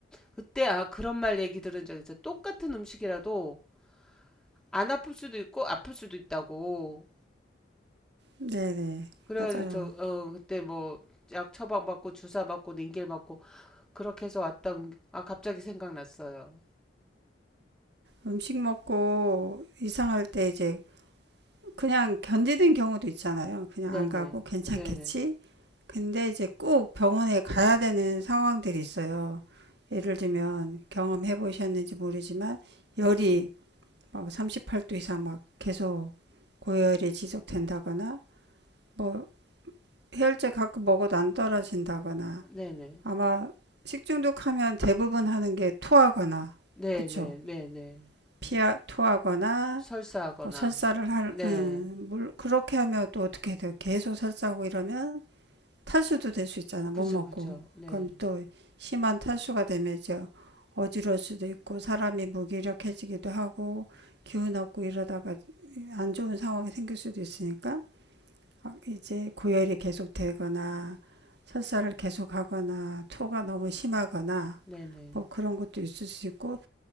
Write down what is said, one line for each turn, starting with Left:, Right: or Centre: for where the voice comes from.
Centre: 그때 아 그런 말 얘기 들은 적 있어. 똑같은 음식이라도 안 아플 수도 있고 아플 수도 있다고.
Right: 네네.
Centre: 그래가지고
Right: 맞아요.
Centre: 저 어 그때 뭐 약 처방 받고 주사 맞고 링겔 맞고 그렇게 해서 왔던 아 갑자기 생각났어요.
Right: 음식 먹고 이상할 때 이제 그냥 견디는 경우도 있잖아요. 그냥
Centre: 네네
Right: 안 가고 괜찮겠지?
Centre: 네네
Right: 근데 이제 꼭 병원에 가야 되는 상황들이 있어요. 예를 들면 경험해 보셨는지 모르지만 열이 막 38도 이상 막 계속 고열이 지속된다거나 뭐 해열제 가끔 먹어도 안 떨어진다거나
Centre: 네네
Right: 아마 식중독하면 대부분 하는 게 토하거나
Centre: 네네
Right: 그쵸?
Centre: 네네
Right: 피하 토하거나
Centre: 설사하거나
Right: 뭐 설사를 할,
Centre: 네
Right: 음, 물, 그렇게 하면 또 어떻게 돼요? 계속 설사하고 이러면 탈수도 될 수 있잖아. 못
Centre: 그죠
Right: 먹고.
Centre: 그죠 네네
Right: 그럼 또 심한 탈수가 되면 이제 어지러울 수도 있고 사람이 무기력해지기도 하고 기운 없고 이러다가 안 좋은 상황이 생길 수도 있으니까 이제 고열이 계속 되거나 설사를 계속 하거나 토가 너무 심하거나
Centre: 네네
Right: 뭐 그런 것도 있을 수 있고